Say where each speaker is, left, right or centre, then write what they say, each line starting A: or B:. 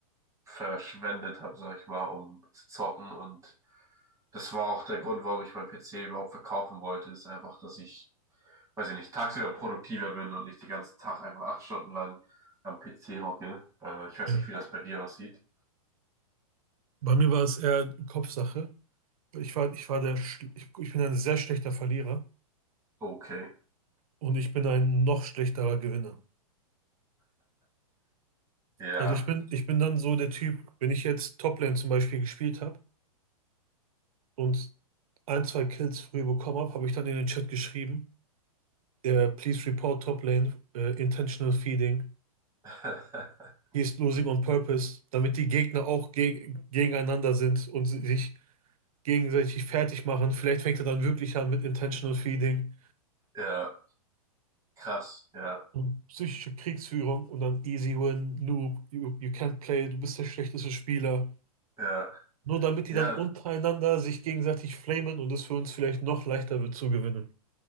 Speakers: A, on the right (about 15°); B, on the right (about 70°).
A: verschwendet habe, sag ich mal, um zu zocken. Und das war auch der Grund, warum ich meinen PC überhaupt verkaufen wollte, ist einfach, dass ich, weiß ich nicht, tagsüber produktiver bin und nicht den ganzen Tag einfach acht Stunden lang am PC hocke. Äh, ich weiß
B: Ja.
A: nicht, wie das bei dir aussieht.
B: Bei mir war es eher Kopfsache. Ich war, ich war der, Schl- ich, ich bin ein sehr schlechter Verlierer
A: Okay.
B: und ich bin ein noch schlechterer Gewinner.
A: Ja.
B: Also ich bin, ich bin dann so der Typ, wenn ich jetzt Toplane zum Beispiel gespielt habe und ein, zwei Kills früh bekommen habe, habe ich dann in den Chat geschrieben, äh, please report Toplane, äh, intentional feeding,
A: <laughs>
B: he is losing on purpose, damit die Gegner auch geg gegeneinander sind und si- sich gegenseitig fertig machen. Vielleicht fängt er dann wirklich an mit intentional feeding.
A: Ja, krass. Ja,
B: Und psychische Kriegsführung und dann easy win, noob, you, you can't play, du bist der schlechteste Spieler.
A: ja,
B: Nur damit die
A: ja,
B: dann untereinander sich gegenseitig flamen und es für uns vielleicht noch leichter wird zu gewinnen.